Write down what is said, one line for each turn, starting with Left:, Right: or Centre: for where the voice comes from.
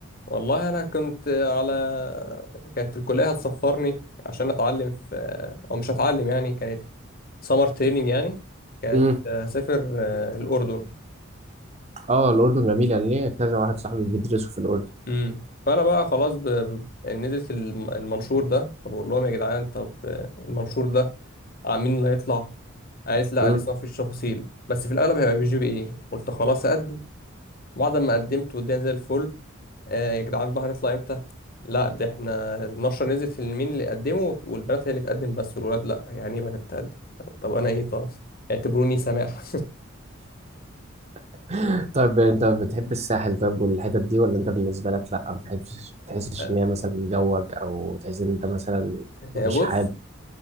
Left: والله انا كنت على كانت الكليه هتسفرني عشان اتعلم في او مش هتعلم يعني كانت سمر تريننج يعني كانت
Right: امم
Left: هسافر آه، الأردن
Right: اه الاردن جميله ليه كذا واحد صاحبي بيدرسوا في الاردن
Left: امم فأنا بقى خلاص ب... ب- نزلت الم- المنشور ده فبقول لهم يا جدعان طب آه، المنشور ده آه، مين اللي هيطلع؟ قالت لا
Right: امم
Left: لسه مفيش تفاصيل بس في الأغلب هيبقى بي جي بي إيه قلت خلاص أقدم بعد ما قدمت والدنيا زي الفل آه يا جدعان بقى هنطلع إمتى؟ لا ده إحنا النشرة نزلت في مين اللي قدمه والبنات هي اللي تقدم بس والولاد لا يعني إيه بنات تقدم؟ طب, طب أنا إيه طب؟ اعتبروني سماح
Right: <laughs> طيب انت بتحب الساحل طيب والحتت دي ولا انت بالنسبه لك لا ما بتحبش بتحسش
Left: <laughs>
Right: ان هي مثلا جوك او تحس ان انت مثلا مش
Left: آه، بص
Right: حابب